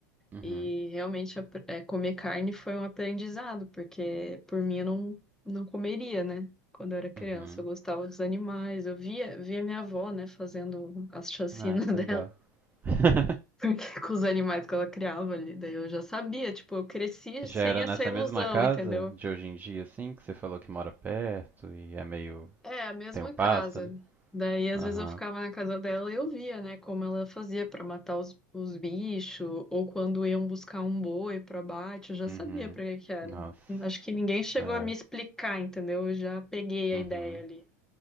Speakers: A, on the right; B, in the centre.
A: Uhum,
B: E realmente ap- é, comer carne foi um aprendizado, porque por mim eu não, não comeria, né? Quando eu era criança,
A: uhum.
B: eu gostava dos animais. Eu via, via minha avó, né, fazendo as chacinas
A: Ai, que
B: <laughs> dela,
A: legal. <laughs>
B: porque com os animais que ela criava ali. Daí eu já sabia, tipo, eu cresci
A: Já
B: sem
A: era
B: essa
A: nessa
B: ilusão,
A: mesma casa
B: entendeu?
A: de hoje em dia, assim, que você falou que mora perto e é meio.
B: É, a mesma
A: tem o pasto
B: casa.
A: ali?
B: Daí, às
A: Aham,
B: vezes, eu ficava na casa dela e eu via, né, como ela fazia pra matar os, os bichos, ou quando iam buscar um boi pro abate, eu já
A: uhum.
B: sabia pra que que era.
A: Nossa,
B: Acho que ninguém chegou
A: é,
B: a me explicar, entendeu? Eu já peguei a
A: uhum.
B: ideia ali.